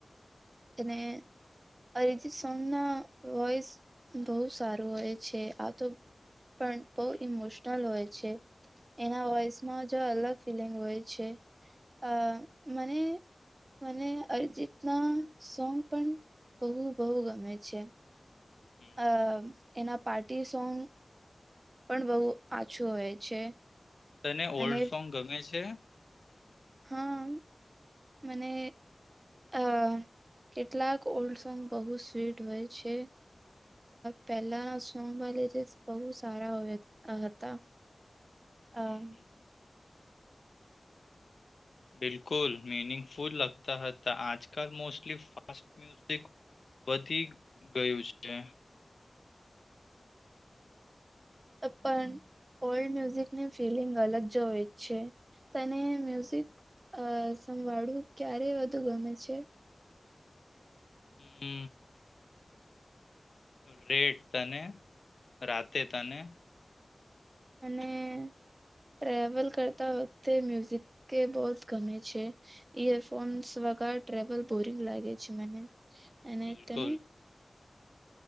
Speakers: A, on the right; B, on the left.
A: અને અરિજીત સોંગના વોઇસ બહુ સારું હોય છે આ તો પણ બહુ
B: હમ
A: ઇમોશનલ હોય. છે એના વોઈસમાં જ અલગ ફિલિંગ હોય છે, અહ મને મને અરિજીતના સોંગ પણ બહું બહું ગમે છે.
B: હમ
A: અ એના પાર્ટી સોંગ. પણ બહુ આછું હોય છે.
B: તને ઓલ્ડ
A: અને
B: સોંગ ગમે છે
A: હા મને આ કેટલાક ઓલ્ડ સોંગ બહુ સ્વીટ હોય છે, પહેલાના સોંગમાં બહુ સારા હતા આ
B: હમ બિલકુલ મિનિંગફુલ લગતા હતા આજકાલ મોસ્ટલી ફાસ્ટ મ્યુઝિક વધી ગયું છે.
A: હુ પણ ઓલ્ડ મ્યુઝિકની ફિલિંગ અલગ જ હોઈ છે તને મ્યુઝિક સંભાળવું ક્યારે વધુ ગમે છે.
B: હુ રેટ તને રાતે તને
A: અને ટ્રેવલ કરતા વખતે મ્યુઝિક એ બહ ગમે છે ઈયરફોન્સ વગર ટ્રેવલ બોરિંગ લાગે છે મને અને
B: બિલકુલ
A: તને